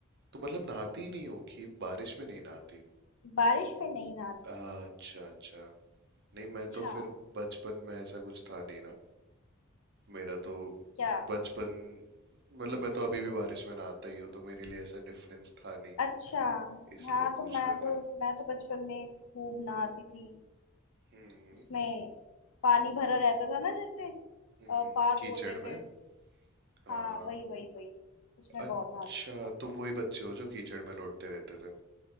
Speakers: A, on the right; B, on the left.
A: तो मतलब नहाती ही नहीं हो कि बारिश में नहीं नहाती
B: बारिश में नहीं नहाती
A: अच्छा अच्छा नहीं मैं तो
B: हाँ
A: फिर बचपन में ऐसा कुछ था नहीं ना मेरा तो
B: क्या
A: बचपन मतलब मैं तो अभी भी बारिश में नहाता ही हूँ तो मेरे लिए ऐसा डिफरेंस था नहीं
B: अच्छा
A: इसलिए
B: हाँ
A: पूछ
B: तो मैं
A: रहा
B: तो
A: था
B: मैं तो बचपन में खूब नहाती थी
A: हम्म
B: उसमें पानी भरा रहता था ना जैसे
A: हम्म
B: अ, पार्क
A: कीचड़
B: होते थे
A: में हाँ
B: हाँ
A: हाँ
B: वही वही वही उसमें
A: अच्छा
B: बहुत नहाती थी मैं
A: तुम वही बच्चे हो जो कीचड़ में लौटते रहते थे